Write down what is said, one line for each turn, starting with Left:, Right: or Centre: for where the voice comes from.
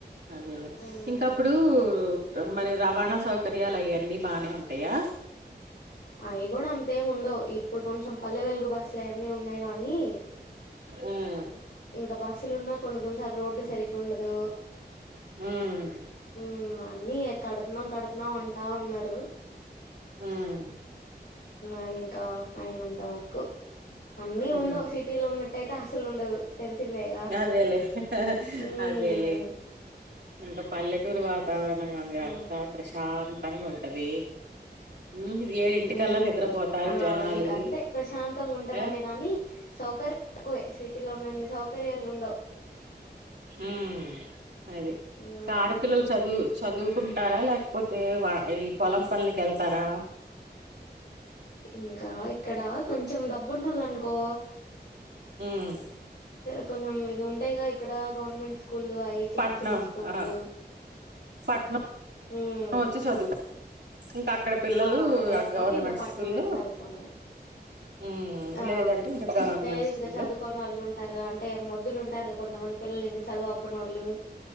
Right: అదేలే
Left: హ్మ్.
Right: ఇంకప్పుడు మరి రవాణా సౌకర్యాలు అయ్యాయి అన్నీ బానే ఉంటాయా
Left: అవి కూడా అంతేముండవు ఇప్పుడు కొంచెం పల్లె వెలుగు బస్సులు అయన్నీ ఉన్నాయి గా నీ
Right: ఉమ్
Left: ఇంకా బస్సులున్న కొన్ని కొన్నిసార్లు రోడ్లు సరిగ్గ ఉండదు
Right: ఉమ్
Left: ఉమ్మ్ అన్నీ కడతున్నాం కడతున్నాం అంటా ఉన్నారు
Right: ఆమ్మ్
Left: అది ఇంకా అయినంత వరకు అన్నీ
Right: ఉమ్
Left: ఉండవు సిటీలో ఉన్నట్ ట్టాయితే అసలు ఉండదు తెలిసిందేగా
Right: గదేలే
Left: హ్మ్
Right: అదేలే ఇంకా పల్లెటూరు వాతావరణం అది
Left: ఆ
Right: అంతా ప్రశాంతంగా ఉంటది ఉమ్ ఏడింటికల్లా
Left: ఉ
Right: నిద్రపోతారు
Left: ఆ
Right: జనాలు
Left: ఇంకా అంతే ప్రశాంతంగా ఉంటదనె
Right: ఆ
Left: కానీ సౌకర్య తక్కువే సిటీలో ఉన్నన్ని సౌకర్యాలు ఉండవు.
Right: హ్మ్ అది
Left: హ్మ్
Right: ఆడపిల్లల చదువు చదువుకుంటారా లేకపోతే వ ఈ పొలం పనులికి వెళ్తారా
Left: ఇంకా ఇక్కడ కొంచెం డబ్బుంన్నోలనుకో
Right: హ్మ్
Left: కొంచెం ఇవి ఉంటాయిగా ఇక్కడ గవర్నమెంట్స్ స్కూళ్ళు అవి చిన్న
Right: పట్నం
Left: చిన్న స్కూల్లు
Right: ఆ పట్నం
Left: హ్మ్
Right: వచ్చి చదువుకో ఇంకా అక్కడ పిల్లలు
Left: ఆ లేకపోతే
Right: ఆ గవర్నమెంట్
Left: ఇంకా పట్నం
Right: స్కూల్లో
Left: వెళ్ళి చదువుకుంటమె
Right: ఉమ్
Left: ఆ
Right: లేదంటే ఇంకా గవర్నమెంట్
Left: లేదు
Right: స్కూల్లో
Left: ఇంకా చదువుకోనోళ్ళు ఉంటారు అంటే మొద్దులు ఉంటారు కా కొంతమంది పిల్లలు ఇంక చదువు అబ్బనోళ్ళు